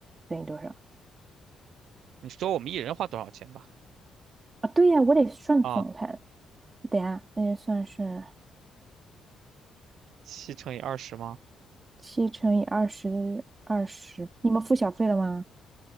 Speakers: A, on the right (about 30°); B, on the right (about 75°).
A: 等于多少
B: 你说我们一人花多少钱吧？
A: 啊？对呀，我得算总菜。
B: 啊，
A: 等一下，那就算是
B: 七乘以二十吗？
A: 七乘以二十，二十，你们付小费了吗？